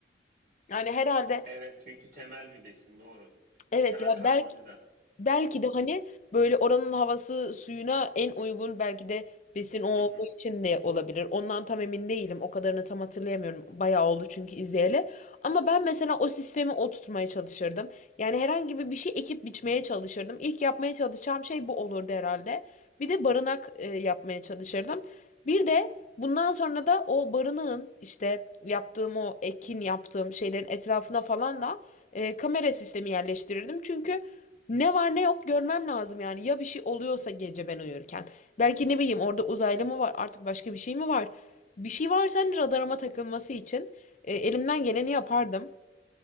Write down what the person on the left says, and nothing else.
Yani herhalde
evet
ya
belki Belki
de hani böyle oranın havası suyuna en uygun belki de besin o olduğu
için de olabilir. Ondan tam emin değilim. O kadarını tam hatırlayamıyorum. Bayağı oldu çünkü izleyeli. Ama ben mesela o sistemi oturtmaya çalışırdım. Yani herhangi bir bir şey ekip biçmeye çalışırdım. İlk yapmaya çalışacağım şey bu olurdu herhalde. Bir de barınak e, yapmaya çalışırdım. Bir de bundan sonra da o barınağın işte yaptığım o ekin yaptığım şeylerin etrafına falan da e, kamera sistemi yerleştirirdim. Çünkü ne var ne yok görmem lazım yani. Ya bir şey oluyorsa gece ben uyurken. Belki ne bileyim orada uzaylı mı var artık başka bir şey mi var? Bir şey varsa hani radarıma takılması için e, elimden geleni yapardım.